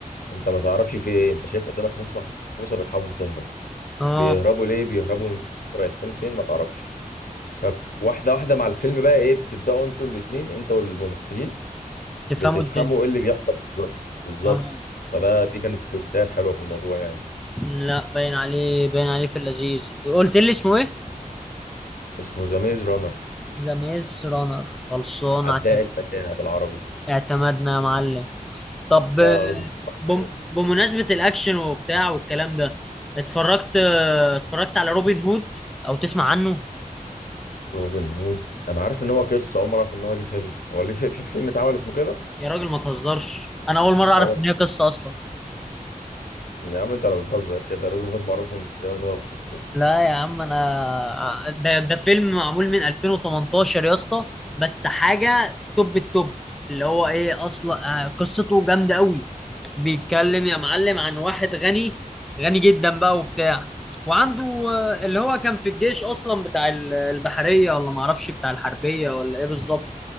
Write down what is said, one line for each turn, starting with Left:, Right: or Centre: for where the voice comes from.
Left: انت ما تعرفش في ايه انت شايف قدامك ناس محبوسه بتحاول تهرب
Centre: اه
Left: بيهربوا ليه بيهربوا من رايحين فين ما تعرفش فواحده واحده مع الفيلم بقى ايه بتبداوا انتوا الاتنين انت والممثلين
Centre: تفهموا
Left: بتفهموا
Centre: الدنيا
Left: ايه اللي بيحصل بالظبط بالظبط
Centre: اه
Left: فده دي كانت التوستاية الحلوه في الموضوع يعني
Centre: لا باين عليه باين عليه في اللذيذ قلت لي اسمه ايه
Left: اسمه ذا ميز رانر
Centre: ذا ميز رانر خلصان
Left: عداء
Centre: اعتم-
Left: المتاهه بالعربي
Centre: اعتمدنا يا معلم طب آه،
Left: لا لا لازم تتفرج
Centre: بم...
Left: عليه
Centre: بمناسبة الاكشن وبتاع والكلام ده اتفرجت آه، اتفرجت على روبن هود او تسمع عنه
Left: روبن هود انا عارف ان هو قصه اول مره اعرف ان هو ليه فيلم هو ليه في, في فيلم اتعمل اسمه كده
Centre: يا راجل ما تهزرش انا اول مرة اعرف
Left: أول
Centre: ان هي قصة اصلا
Left: يا عم انت لو بتهزر كده روبن هود معروف من زمان ان هو قصه
Centre: لا يا عم انا ده, ده فيلم معمول من 2018 يا اسطى بس حاجه توب التوب اللي هو ايه اصلا آه، قصته جامده قوي بيتكلم يا معلم عن واحد غني غني جدا بقى وبتاع وعنده آه، اللي هو كان في الجيش اصلا بتاع ال- البحريه ولا معرفش بتاع الحربيه ولا ايه بالظبط